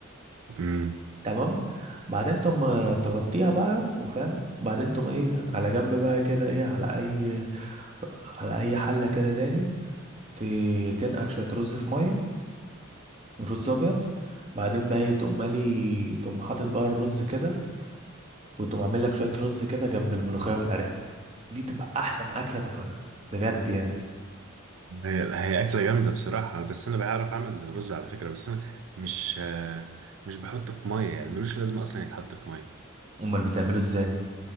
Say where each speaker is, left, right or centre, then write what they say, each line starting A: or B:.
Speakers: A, on the right; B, on the right.
A: امم
B: تمام بعدين تقوم آه، تغطيها بقى وفاهم وبعدين تقوم ايه على جنب بقى كده ايه على اي على اي حلة كده تاني ت- تنقع شوية رز في مية رز ابيض بعدين بقى ايه تقوم مالي تقوم حاطط بقى الرز كده وتقوم عامل لك شوية رز كده جنب الملوخية والارانب دي تبقى احسن اكلة تاكلها بجد يعني
A: هي هي اكله جامده بصراحه بس انا بعرف اعمل رز على فكره بس انا مش آه، مش بحطه في ميه يعني ملوش لازمه اصلا يتحط في ميه
B: امال بتعمله ازاي